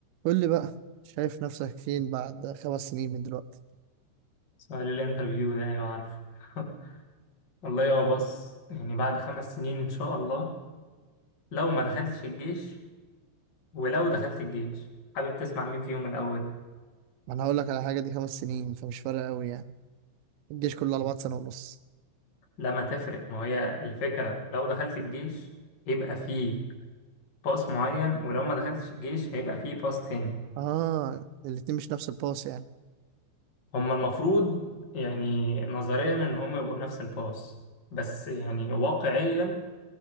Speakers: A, on the right; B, on the left.
A: قول لي بقى شايف نفسك فين بعد خمس سنين من دلوقتي
B: سؤال الانترفيو ده ايوه عارفه <laughs> والله يا بص يعني بعد خمس سنين ان شاء الله لو ما دخلتش الجيش ولو دخلت الجيش حابب تسمع مين فيهم الاول
A: ما انا هقول لك على حاجه دي خمس سنين فمش فارقه قوي يعني الجيش كله على بعض سنه ونص
B: لما تفرق ما هي الفكرة لو دخلت الجيش يبقى فيه باس معين ولو ما دخلتش الجيش هيبقى فيه باس تاني
A: اه الاتنين مش نفس الباص يعني
B: هما المفروض يعني نظريا ان هما يبقوا نفس الباس بس يعني واقعيا